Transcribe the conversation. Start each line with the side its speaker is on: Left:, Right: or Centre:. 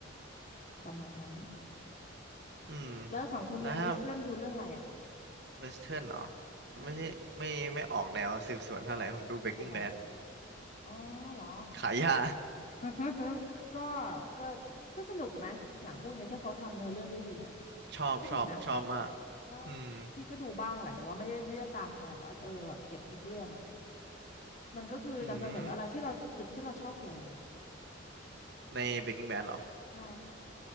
Left: ประมาณนั้น
Right: อืม
Left: แล้วของคุณดังเวสเทิร์นดูเรื่องอะไรอะ
Right: แล้วถ้าเวสเทิร์นเหรอ
Left: อืม
Right: ไม่ใช่ไม่ไม่ออกแนวสืบสวนเท่าไหร่ผมดู Breaking
Left: อ๋อเหรอ
Right: Bad
Left: อ๋อเหรอ
Right: ขายยา
Left: <laughs> ก็ก็ก็สนุกไหมหนังพวกเนี้ยถ้าเขาทำเนื้อเรื่องได้ดีอ่ะ
Right: <laughs> ชอบชอบชอบมาก
Left: พี่ก็ดูนะแล้ว
Right: อืม
Left: พี่ก็ดูบ้างแหละแต่ว่าไม่ได้ไม่ได้ตามขนาดว่าเออแบบเก็บทุกเรื่องอ่ะมันก็คือนำเสนออะไรที่เราจุดที่เราชอบคืออะไรอ่ะ
Right: อืมใน Breaking Bad เหรอ
Left: ใช่